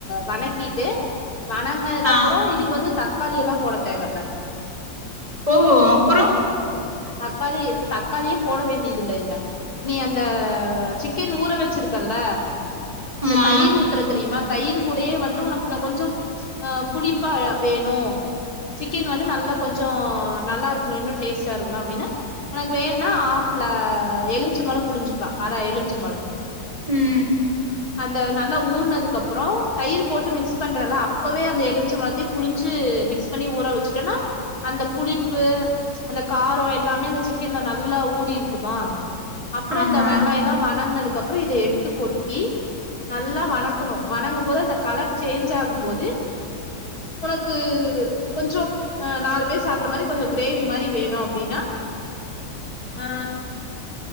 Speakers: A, on the left (about 50°); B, on the right (about 15°).
A: வணக்கிட்டு வணங்னதுக்கப்பறோ
B: ஆ
A: இதுக்கு வந்து த க்காளியெல்லா போட தேவல்ல
B: ஓ அப்பறோ
A: தக்காளி தக்காளியே போட வேண்டிதில்ல இதுல நீ அந்த சிக்கன் ஊற வச்சுருக்கல்ல இந்த
B: ஆமா
A: தயிர் ஊத்துற தெரிமா தயிர் கூடயே வந்து ஒனக்கு இன்னு கொஞ்சோ ஆ புளிப்பா வேணு சிக்கன் வந்து நல்லா கொஞ்சோ நல்லாருக்கணு இன்னு டேஸ்ட்டா இருக்கணு அப்டின்னா ஒனக்கு வேண்ணா ஹாஃப் ல எலுமிச்ச பழோ புழிஞ்சுக்லா அர எலுமிச்ச பழோ
B: ம்
A: அந்த நல்லா ஊற்ன துக்கப்பறோ தயிர் போட்டு மிக்ஸ் பண்றல அப்பவே அந்த எலுமிச்சம்பழத்தயு புழிஞ்சு மிக்ஸ் பண்ணி ஊற வச்சுட்டன்னா அந்த புளிப்பு அந்த காரோ எல்லாமே அந்த சிக்கன்ல நல்லா ஊறிருக்குமா அப்றோ
B: ஆமா
A: இந்த வெங்காயல்லா வணங்னதுக்கப்றோ இத எடுத்து கொட்டி நல்லா வண க்கணு வணங்கம்போது அந்த கலர் சேஞ்ச்சாகும்போது ஒனக்கு கொஞ்சோ ஆ நாலு பேரு சாப்புற மாரி கொஞ்சோ கிரேவி மாரி வேணு அப்டின்னா ஆ